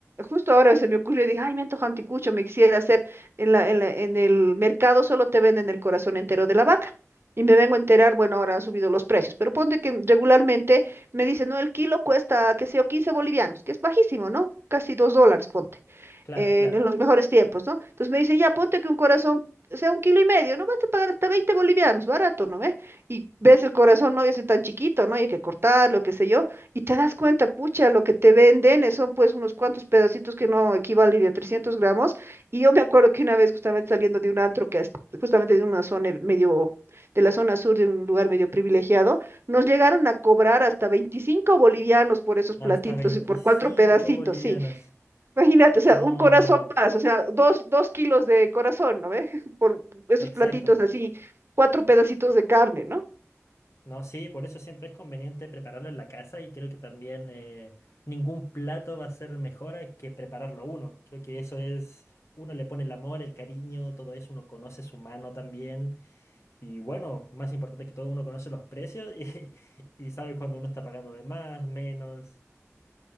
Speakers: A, on the right (about 50°); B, on the left (about 60°).
A: justo ahora se me ocurrió, dije, ay, me antoja anticucho, me quisiera hacer. En la, en la- en el mercado solo te venden el corazón entero de la vaca. Y me vengo a enterar, bueno, ahora han subido los precios, pero ponte que regularmente me dice, no, el kilo cuesta, qué sé yo, 15 bolivianos, que es bajísimo, ¿no? Casi 2 dólares, ponte
B: Claro,
A: en,
B: claro.
A: en los mejores tiempos, ¿no? Entonces me dicen, ya ponte que un corazón sea un kilo y medio, no vas a pagar hasta 20 bolivianos, barato, ¿no ve? Y ves el corazón, no, ya es tan chiquito, ¿no? Y hay que cortarlo, qué sé yo, y te das cuenta, pucha, lo que te venden eh, son pues unos cuantos pedacitos que no equivalen a 300 gramos, y yo me acuerdo que una vez justamente saliendo de un antro que es justamente de una zona medio, de la zona sur, de un lugar medio privilegiado, nos llegaron a cobrar hasta 25 bolivianos por esos platitos
B: Hasta veinticinco
A: y por cuatro pedacitos,
B: bolivianos.
A: sí. Imagínate, o sea,
B: No,
A: un corazón más, o sea, dos, dos kilos de corazón, ¿no ve? <laughs> Por esos
B: exacto.
A: platitos así, cuatro pedacitos de carne, ¿no?
B: No, sí, por eso siempre es conveniente prepararlo en la casa y creo que también eh, ningún plato va a ser mejor a que prepararlo uno. Creo que eso es, uno le pone el amor, el cariño, todo eso, uno conoce su mano también Y bueno, más importante que todo, uno conoce los precios y, <laughs> y sabe cuando uno está pagando de más, menos.